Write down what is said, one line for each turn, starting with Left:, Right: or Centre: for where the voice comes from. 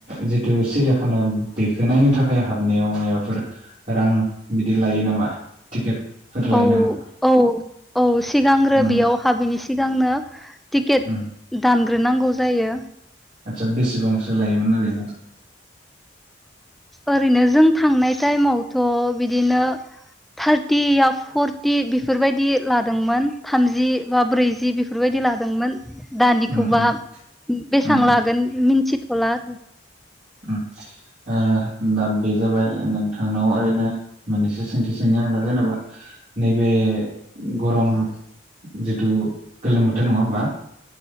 Right: जिहेथु सिरियाखाना बेखौ नायनो थाखाय हाबनायाव मायबाफोर रां बिदि लायो नामा? टिकेटफोर लायो
Centre: औ
Right: नामा
Centre: औ औ सिगांग्रो
Right: उम
Centre: बेयाव हाबिनि सिगांनो टिकेट
Right: उम
Centre: दान ग्रोनांगौ जायो।
Right: आतसा बेसेबांसो लायोमोन ओरैनो?
Centre: ओरैनो जों थांनाय टाइमावथ' बिदिनो थार्टि बा फर्टि बेफोरबायदि लादोंमोन थामजि बा ब्रैजि बेफोरबायदि लादोंमोन। दानिखौबा
Right: उम उम
Centre: बेसेबां
Right: उम उम
Centre: लागोन मिन्थि थला आरो
Right: ओम ओ दा बे जाबाय नोंथांनाव ओरैनो मोननैसो सोंथि सोंनि आं दा जेनेबा नैबे गरम जिथु गोलोम बोथोर नङा होमबा?